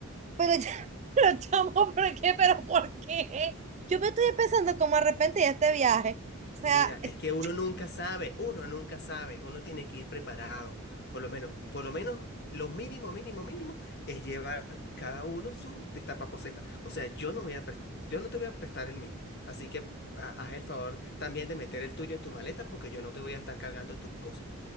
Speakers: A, on the right; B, on the left.
A: pero ya, <laughs> pero chamo, ¿por qué? ¿Pero por qué? Yo me estoy empezando como a arrepentir de este viaje, o sea,
B: Mira,
A: <laughs>
B: es que uno nunca sabe, uno nunca sabe, uno tiene que ir preparado, por lo menos, por lo menos lo mínimo, mínimo, mínimo es llevar cada uno su destapaposeta. O sea, yo no voy a pres- yo no te voy a prestar el mío, así que ha- haz el favor también de meter el tuyo en tu maleta porque yo no te voy a estar cargando tus cosas.